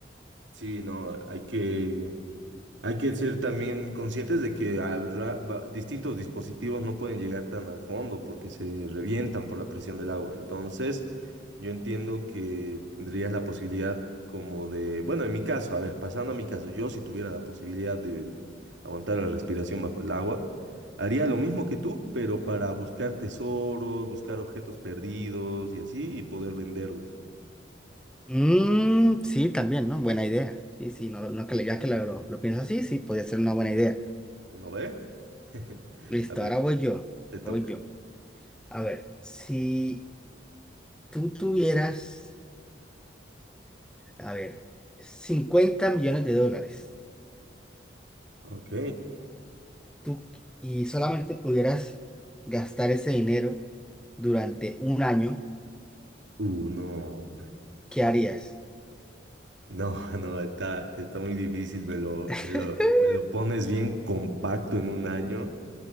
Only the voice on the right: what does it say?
Sí, no, hay que, hay que ser también conscientes de que habrá va- distintos dispositivos no pueden llegar tan al fondo porque se revientan por la presión del agua. Entonces, yo entiendo que tendrías la posibilidad como de, bueno, en mi caso, a ver, pasando a mi caso, yo si tuviera la posibilidad de aguantar la respiración bajo el agua, haría lo mismo que tú, pero para buscar tesoros, buscar objetos perdidos y así, y poder venderlos.
¿No ve? <laughs>
A ver,
te toca.
Ok.
Uh, no,
no, <laughs> no, está, está muy difícil, me lo,
me lo, me lo pones bien compacto en un año